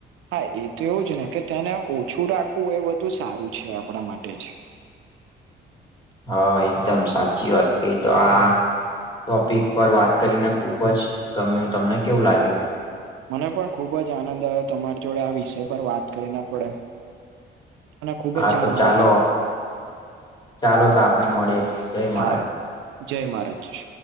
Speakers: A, on the right (about 85°); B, on the left (about 20°).
A: હા એ તો એવું જ ને કે તેને ઓછું રાખવું એ બધું સારું છે આપડા માટે જ
B: હા એકદમ સાચી વાત કઈ તો આ ટોપિક પર વાત કરીને ખુબ જ ગમ્યું તમને કેવું લાગ્યું?
A: મને પણ ખૂબ જ આનંદ આવ્યો તમારી જોડે આ વિષય પર વાત કરીને પડે અને ખુબ
B: હા
A: જ જાણવા
B: તો ચાલો
A: મળ્યું.
B: ચાલો તો આપડે મળીએ જય મહારાજ
A: હા જય મહારાજછ-છ